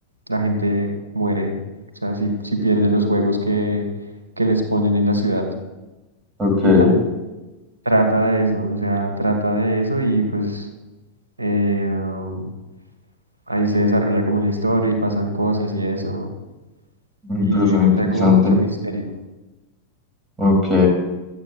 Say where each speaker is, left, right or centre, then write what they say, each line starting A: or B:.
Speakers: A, on the right; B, on the right.
A: La gente muere, o sea, si, si pierde los juegos que, que les ponen en la ciudad.
B: ok,
A: Y ya, trata de eso, o sea, trata de eso y pues eh, um, ahí se desarrolla como una historia y pasan cosas y eso.
B: una
A: Y
B: persona
A: eh, pues
B: interesante,
A: hay como mucho misterio.
B: ok,